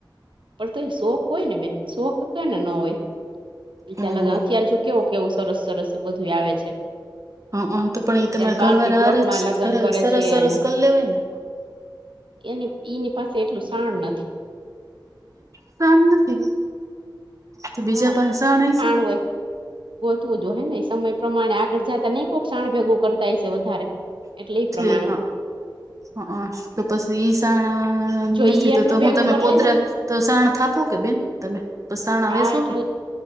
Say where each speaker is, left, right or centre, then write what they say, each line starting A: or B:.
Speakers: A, on the right; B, on the right.
A: પણ તોય શોખ હોય ને બેન શોખ કેને ન હોય. બીચા
B: હં
A: લગન અત્યાર જો કેવો કેવું સરસ- સરસ બધુંય આવે છે.
B: <unintelligible> તો પણ ઈ
A: અત્યારે
B: તમારે
A: પાર્ટી
B: ઘરવારા
A: પ્લોટમાં
B: હારે જ
A: લગ્ન
B: ઘરે
A: કરે
B: સરસ
A: છે
B: સરસ
A: એને
B: કર લેવાય ને
A: એની ઈની પાસે એટલું શાણ નથી.
B: <inaudible> શાન નથી. તો બીજા
A: હા
B: પાસે
A: સાણા
B: શાન હશે
A: હોય ગોતવું જોહે ને સમય પ્રમાણે આગળ નહી કોક શાણ ભેગુ કરતા હઈસે વધારે. એ પ્રમાણે
B: ઠીક હ હ તો પછી ઈ સાણા
A: જો
B: નથી
A: ઈ એટલું
B: તો
A: ભેગું
B: હું તમે
A: કરી
B: પોદરા
A: લે હે ને
B: તો સાણ થાપો કે બેન તમે તો સાણા વેસો
A: આ એટલું
B: કે